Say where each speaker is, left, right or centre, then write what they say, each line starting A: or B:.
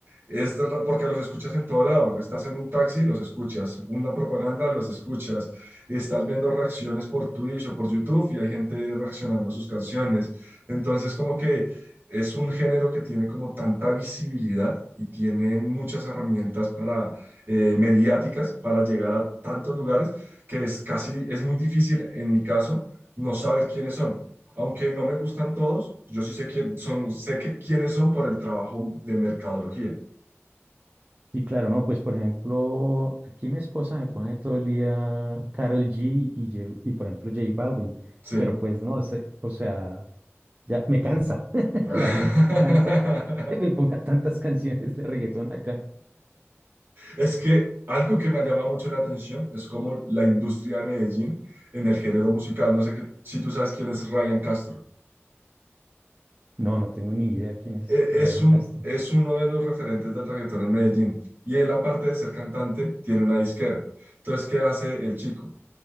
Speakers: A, on the right; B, on the right.
A: es de ra- porque los escuchas en todo lado. Estás en un taxi, los escuchas. Una propaganda, los escuchas. Estás viendo reacciones por Twitch o por YouTube y hay gente reaccionando a sus canciones. Entonces, como que es un género que tiene como tanta visibilidad y tienen muchas herramientas para eh, mediáticas para llegar a tantos lugares que es casi, es muy difícil en mi caso no saber quiénes son. Aunque no me gustan todos, yo sí sé quién son, sé que quiénes son por el trabajo de mercadología.
B: Sí, claro, no, pues por ejemplo, aquí mi esposa me pone todo el día Karol G y, Ye- y por ejemplo J Balvin,
A: Sí.
B: pero pues no, se- o sea, ya me cansa, <laughs>
A: <laughs>
B: la verdad es que me cansa <laughs> que me ponga tantas canciones de reggaetón acá.
A: Es que algo que me llama mucho la atención es como la industria de Medellín en el género musical. No sé que, si tú sabes quién es Ryan Castro.
B: No, no tengo ni idea quién es
A: E- Es
B: Ryan
A: un,
B: Castro.
A: es uno de los referentes del reggaetón en Medellín. Y él, aparte de ser cantante, tiene una disquera. Entonces, ¿qué hace el chico?